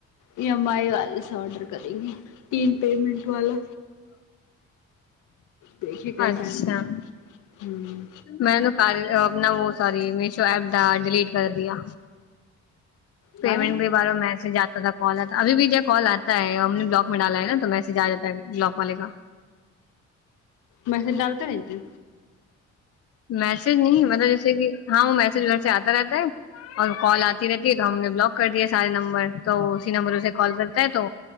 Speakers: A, on the left; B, on the left.
A: یہ امائی والال آڈر کریں گے تین پیمنٹ والا دیکھیے کیسا
B: اچھا
A: ہے مجھے ہوں
B: میں نے ک نا وہ سی میشو ایپ د ڈیلیٹ کر دیا
A: کاہے
B: پیمنٹ کے بار میسج آتا کال آتا ابھی بھی ج کال آتا ہے ہم نے بلاک م ڈالا ہےا تو میںسے جااتا بلاک والے کا
A: ویسے ڈالتے یے جی
B: میسج نہیں مطلب جیسے کہ ہاں وہ میسج گھر سے آتا رہتا ہے اور کال آتی رہتی ہے تو ہم نے بلاک کر دیا سارے نمبر تو اسی نمبر سے کال کرتا ہے تو